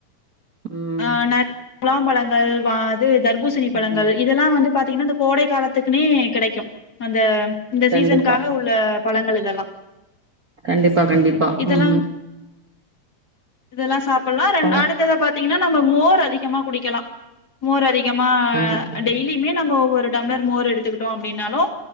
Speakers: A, on the right; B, on the left.
A: ம்
B: ஆஹ் நா <inaudible> மாம்பழங்கள் வா து தர்பூசணி பழங்கள்
A: ஆமா
B: இதெல்லா வந்து பாத்தீங்கனா இந்த கோடை காலத்துக்குனே கிடைக்கு அந்த இந்த
A: கண்டிப்பா
B: சீசனுக்காக உள்ள பழங்கள் இதெல்லா
A: கண்டிப்பா கண்டிப்பா
B: இதெல்லா
A: ம்
B: இதெல்லா சாப்பிட்லா ரெண்டு
A: பழ
B: நாள் மத்தத பாத்தீங்னா நம்ம மோர் அதிகமா குடிக்கலா மோர் அதி யமா
A: கண்டிப்பா தோழி
B: டெய்லியுமே நம்ப ஒரு டம்ளர் மோர் எடுத்துக்கிட்டோ அப்டின்னாலு